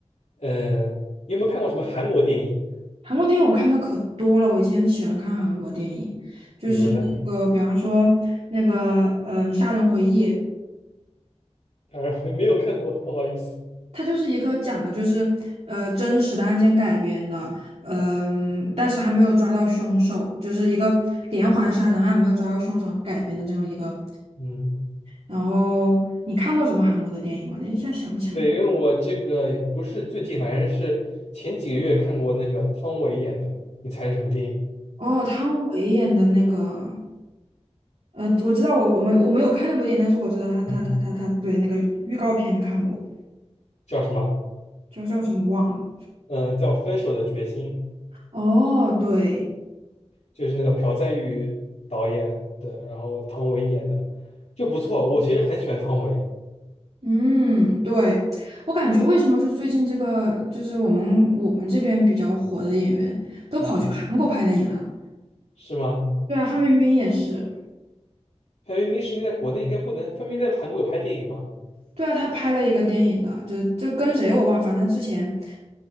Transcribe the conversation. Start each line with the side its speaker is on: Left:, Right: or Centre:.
Left: 嗯，你有没有看过什么韩国电影？
Right: 韩国电影我看的可多了。我以前喜欢看韩国电影，就是那个，
Left: 比如呢？
Right: 比方说那个，嗯、杀人回忆》，
Left: 啊，没有看过，不好意思。
Right: 它就是一个讲的就是呃真实的案件改编的，嗯、但是还没有抓到凶手，就是一个连环杀人案没有抓到凶手改编的这么一个。
Left: 嗯，
Right: 然后你看过什么韩国的电影吗？我一下想不起来。
Left: 对，因为我这个也不是最近，反正是前几个月看过那个汤唯演的，你猜是什么电影？
Right: 哦，汤唯演的那个。呃，我知道我我没我没有看那部电影，但是我知道他他他他他对那个预告片看过，
Left: 嗯，叫什么？
Right: 叫叫什么忘了。
Left: 嗯，叫《分手的决心》，
Right: 哦，对，
Left: 就是那个朴赞郁导演的，然后汤唯演的，就不错。我其实很喜欢汤唯，
Right: 嗯，对，我感觉为什么就最近这个就是我们我们这边比较火的演员都跑去韩国拍电影了。
Left: 嗯，是吗？
Right: 对啊，范冰冰也是。
Left: 范冰冰是因为在国内应该不能，范冰冰在韩国有拍电影吗？
Right: 对啊，她拍了一个电影的，就就跟谁我忘了反正她之前